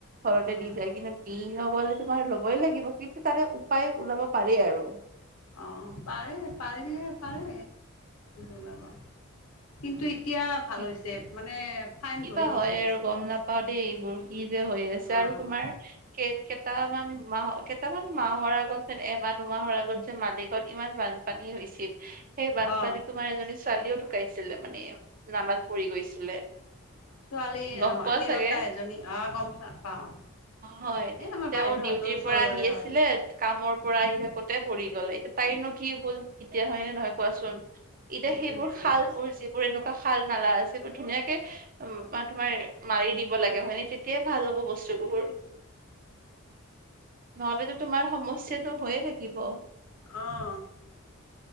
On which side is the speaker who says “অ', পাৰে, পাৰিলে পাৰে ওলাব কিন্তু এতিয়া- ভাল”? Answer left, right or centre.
Left